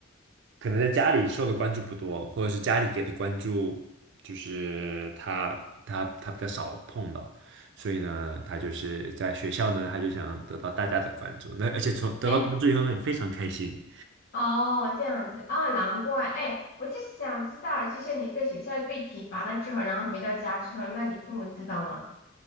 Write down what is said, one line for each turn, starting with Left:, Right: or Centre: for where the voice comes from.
Right: 可能在家里受的关注不多，或者是家里给的关注，就是他他他比较少碰到，所以呢，他就是在学校呢，他就想得到大家的关注，那而且从得到关注以后呢，
Left: 哎，
Right: 也非常开心，
Left: 哦，这样子啊，难怪。哎，我就想知道，就像你在学校被体罚了之后，然后回到家之后，那你父母知道吗？